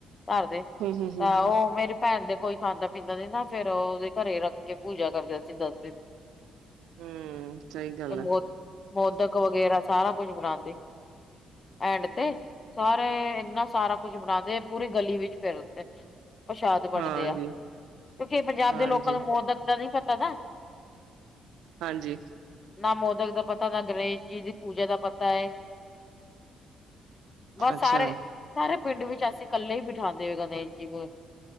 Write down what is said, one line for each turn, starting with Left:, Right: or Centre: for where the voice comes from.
Left: ਘਰ ਦੇ।
Right: ਹਮ ਹਮ ਹਮ
Left: ਤਾਂ
Right: ਹਮ
Left: ਆਹੋ, ਮੇਰੀ ਭੈਣ ਦੇ ਕੋਈ ਖਾਂਦਾ -ਪੀਂਦਾ ਨੀ ਨਾ। ਫੇਰ ਉਹਦੇ ਘਰੇ ਰੱਖ ਕੇ ਪੂਜਾ ਕਰਦੇ ਸੀ ਦਸ ਦਿਨ।
Right: ਹੂੰ, ਸਹੀ ਗੱਲ ਆ।
Left: ਮੋਤ ਮੋਦਕ ਵਗੈਰਾ ਸਾਰਾ ਕੁਝ ਬਣਾਉਦੇ, ਐਂਡ 'ਤੇ। ਸਾਰੇ ਇੰਨਾ ਸਾਰਾ ਕੁਛ ਬਣਾਂਦੇ, ਪੂਰੀ ਗਲੀ ਵਿੱਚ ਫਿਰ ਉਥੇ ਪ੍ਰਸ਼ਾਦ ਵੰਡਦੇ
Right: ਹਾਂਜੀ
Left: ਆ। ਕਿਉਂਕਿ ਪੰਜਾਬ
Right: ਹਾਂਜੀ
Left: ਦੇ ਲੋਕਾਂ ਨੂੰ, ਮੌਦਤ ਦਾ ਨਹੀਂ ਪਤਾ ਨਾ।
Right: ਹਾਂਜੀ।
Left: ਨਾ ਮੋਦਕ ਦਾ ਪਤਾ, ਨਾ ਗਣੇਸ਼ ਜੀ ਦੀ ਪੂਜਾ ਦਾ ਪਤਾ ਏ। ਬਸ
Right: ਅੱਛਾ
Left: ਸਾਰੇ, ਸਾਰੇ ਪਿੰਡ ਵਿੱਚ ਅਸੀਂ ਕੱਲੇ ਹੀ ਬਿਠਾਂਦੇ ਆ ਗਣੇਸ਼ ਜੀ ਕੋਲ।